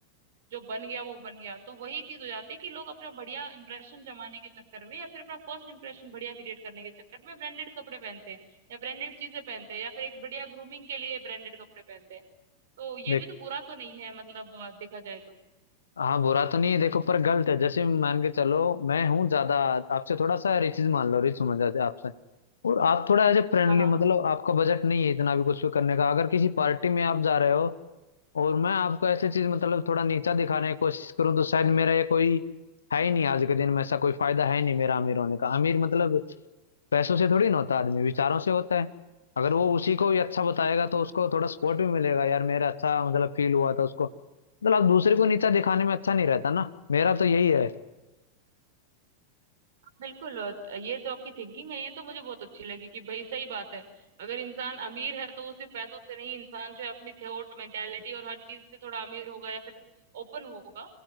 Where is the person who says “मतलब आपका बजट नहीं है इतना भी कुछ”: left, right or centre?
Left